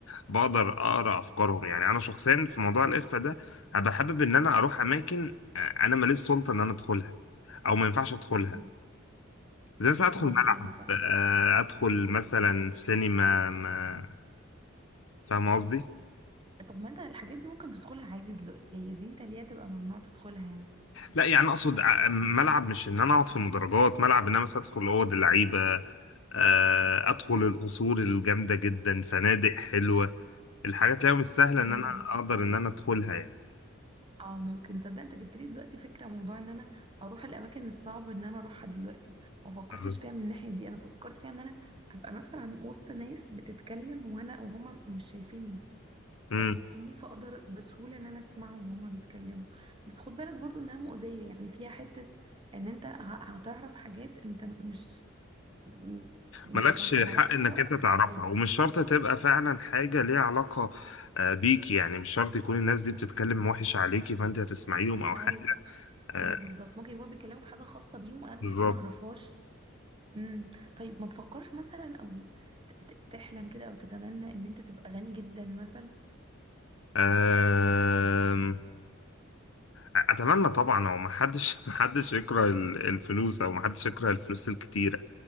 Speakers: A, on the left; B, on the right.
A: بقدر اقرا افكارهم يعني انا شخصيا في موضوع الاخفاء ده ابقى حابب ان انا اروح اماكن آه، انا ماليش سلطة ان انا ادخلها او ما ينفعش ادخلها
B: مم.
A: زي مثلا ادخل
B: زي
A: ملعب
B: ايه مثلا
A: آه، ادخل مثلا سينما ما فاهم قصدي؟
B: طب ما انت الحاجات دي ممكن تدخلها عادي دلوقتي هي دي انت ليه تبقى ممنوع تدخلها يعني
A: لا يعني اقصد ع- ملعب مش ان انا اقعد في المدرجات ملعب ان انا مثلا ادخل اوض اللعيبه آه، ادخل القصور الجامده جدا فنادق حلوه الحاجات اللي هي مش سهله
B: مم.
A: ان انا اقدر ان انا ادخلها يعني
B: اه ممكن صدق انت جبت لي دلوقتي فكره موضوع ان انا اروح الاماكن الصعبه ان انا اروحها دلوقتي ما فكرتش
A: بالظبط.
B: فيها من الناحيه دي انا فكرت فيها ان انا ابقى مثلا وسط ناس بتتكلم وانا وهما مش شايفيني
A: مم.
B: فاهمني فاقدر بسهوله ان انا اسمعهم وهما بيتكلموا بس خد بالك برضو انها مؤذيه يعني فيها حته ان انت ه- هتعرف حاجات انت مش م- مش
A: مالكش
B: هتعرفها
A: حق انك انت تعرفها
B: في العادي
A: ومش شرط تبقى فعلا حاجه ليها علاقه آه، بيك يعني مش شرط يكون الناس دي بتتكلم وحش عليكي فانت هتسمعيهم او
B: ايوه
A: حاجه آه،
B: بالظبط ممكن يكونوا بيتكلموا في حاجه خاصه بيهم انا المفروض
A: بالظبط
B: ما اعرفهاش امم طيب ما تفكرش مثلا او ت- ت- تحلم كده او تتمنى ان انت تبقى غني جدا مثلا
A: أم، اتمنى طبعا هو ما حدش <laughs> ما حدش يكره ال- الفلوس او ما حدش يكره الفلوس الكتيره